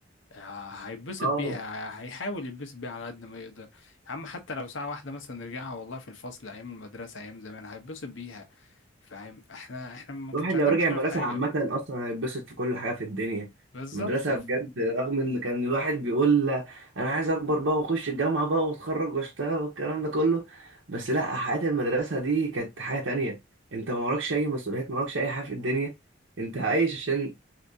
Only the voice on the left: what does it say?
آه، هيتبسط
بيها هيحاول يتبسط بيها على قد ما يقدر يا عم حتى لو ساعه واحده مثلا نرجعها والله في الفصل ايام المدرسه ايام زمان هيتبسط بيها فاهم احنا احنا ما كانش
عندنا
مشكله
في حاجه
بالظبط